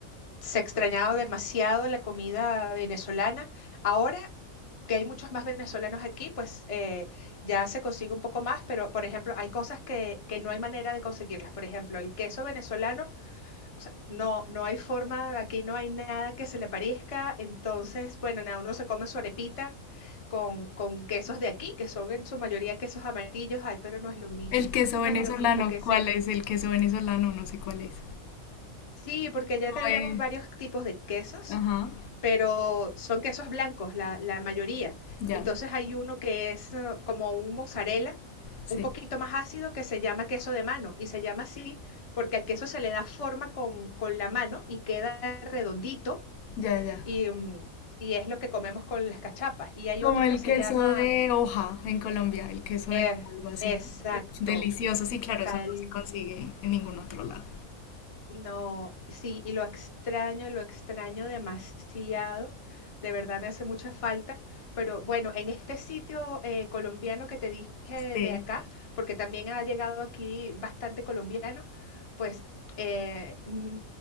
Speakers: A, on the left; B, on the left.
A: se extrañaba demasiado la comida venezolana. Ahora que hay muchos más venezolanos aquí, pues eh, ya se consigue un poco más, pero por ejemplo, hay cosas que, que no hay manera de conseguirlas. Por ejemplo, el queso venezolano. O sea, no, no hay forma, aquí no hay nada que se le parezca. Entonces, bueno, nada, uno se come su arepita con, con quesos de aquí, que son en su mayoría quesos amarillos. Ay, pero no es lo mismo.
B: El queso venezolano,
A: No es lo mismo que ese.
B: ¿cuál es? El queso venezolano, no sé cuál es.
A: Sí, porque ya
B: Como
A: tenemos
B: el-
A: varios tipos de quesos,
B: Ajá,
A: pero son quesos blancos, la, la mayoría.
B: ya,
A: Entonces hay uno que es eh, como un mozzarella,
B: sí,
A: un poquito más ácido, que se llama queso de mano. Y se llama así porque al queso se le da forma con, con la mano y queda redondito
B: ya, ya.
A: y, mm, y es lo que comemos con las cachapas. Y hay
B: Como
A: otro
B: el
A: que se
B: queso
A: llama,
B: de hoja en Colombia, el queso
A: eh,
B: de hoja, algo así,
A: exacto,
B: ¿no? Uf, Delicioso, sí, claro,
A: tal
B: eso no se consigue en ningún otro lado.
A: No, sí, y lo extraño, lo extraño demasiado. De verdad me hace mucha falta. Pero bueno, en este sitio eh, colombiano que te dije
B: Sí.
A: de acá, porque también ha llegado aquí bastante colombiano, pues eh, mm,